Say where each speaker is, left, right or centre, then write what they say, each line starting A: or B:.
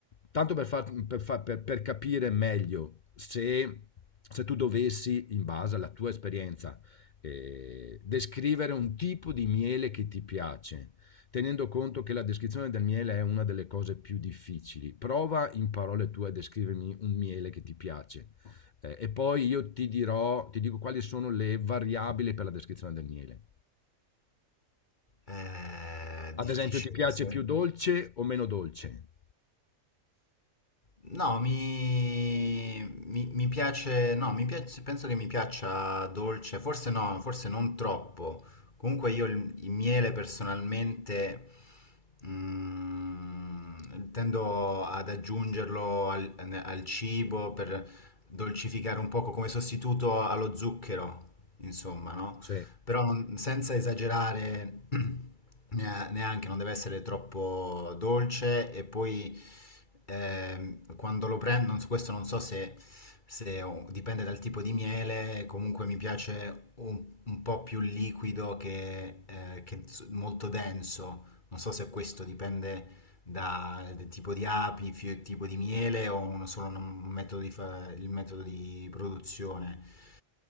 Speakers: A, on the left; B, on the left.
A: Tanto per, far- per fa- per- per capire meglio, se, se tu dovessi, in base alla tua esperienza, eh, descrivere un tipo di miele che ti piace, tenendo conto che la descrizione del miele è una delle cose più difficili. Prova in parole tue a descrivermi un miele che ti piace eh, e poi io ti dirò, ti dico quali sono le variabili per la descrizione del miele.
B: eh, è difficile
A: Ad esempio, ti piace
B: questo,
A: più
B: eh.
A: dolce o meno dolce?
B: No, mi, mi- mi piace, no, mi piace, penso che mi piaccia dolce, forse no, forse non troppo. Comunque io il, il miele personalmente mm, tendo ad aggiungerlo al, al cibo per dolcificare un poco come sostituto allo zucchero, insomma, no?
A: Sì.
B: però non- senza esagerare <clears throat> nea- neanche, non deve essere troppo dolce e poi ehm, quando lo prendo, non so- questo non so se, se ho- dipende dal tipo di miele, comunque mi piace un, un po' più liquido che, eh, che s- molto denso, non so se questo dipende dal tipo di api, fio- tipo di miele o un- solo un metodo di fa- il metodo di produzione.